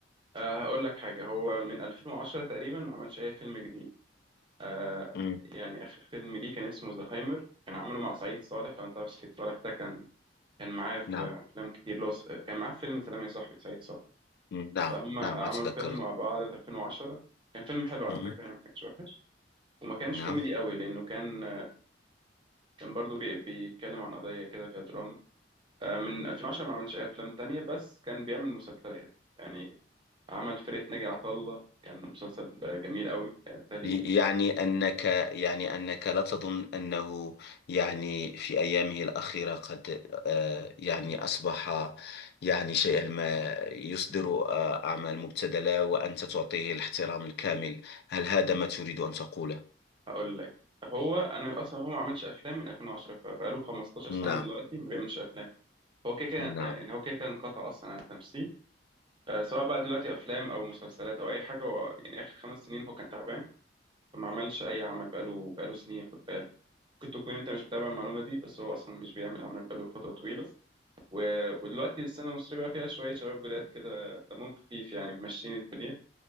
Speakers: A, on the right; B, on the left.
A: آه، هقول لك حاجه هو من 2010 تقريبا ما عملش اي فيلم جديد آه
B: مم.
A: يعني آخر فيلم ليه كان اسمه زهايمر كان عامله مع سعيد صالح لو أنت عارف سعيد صالح ده كان كان معاه في
B: نعم
A: أفلام كتير لو كان معاه في فيلم سلام يا صاحبي سعيد صالح
B: مم. نعم
A: فهم عملوا
B: نعم أتذكر
A: فيلم مع بعض في 2010 كان فيلم حلو على
B: مم.
A: فكرة يعني ما كانش وحش وما كانش
B: نعم
A: كوميدي قوي لأنه كان كان برضو بي- بيتكلم عن قضية كده فيها دراما آه من 2010 ما عملش أي أفلام تانية بس كان بيعمل مسلسلات يعني عمل فرقة ناجي عطا الله كان مسلسل جميل قوي بالتالي
B: يعني أنك يعني أنك لا تظن أنه يعني في أيامه الأخيرة قد آه، يعني أصبح يعني شيئا ما يصدر آه، أعمال مبتذلة وأنت تعطيه الاحترام الكامل هل هذا ما تريد أن تقوله؟
A: هقول لك هو انا اصلا هو ما عملش افلام من 2010 فبقاله 15 سنه
B: نعم
A: دلوقتي ما بيعملش افلام هو كده كده
B: نعم
A: يعني هو كده كده انقطع اصلا عن التمثيل آه، سواء بقى دلوقتي افلام او مسلسلات او اي حاجه هو يعني اخر خمس سنين هو كان تعبان فما عملش اي عمل بقاله بقاله سنين خد بالك ممكن تكون انت مش متابع المعلومه دي بس هو اصلا مش بيعمل عمل بقاله فتره طويله و... ودلوقتي السينما المصريه بقى فيها شويه شباب جداد كده دمهم خفيف يعني ماشيين الدنيا